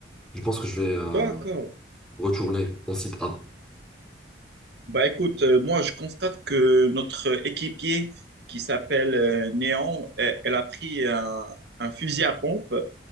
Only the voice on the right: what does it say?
D'accord.
Bah écoute, euh, moi je constate que notre équipier qui s'appelle euh, Néon, elle, elle a pris un, un fusil à pompe.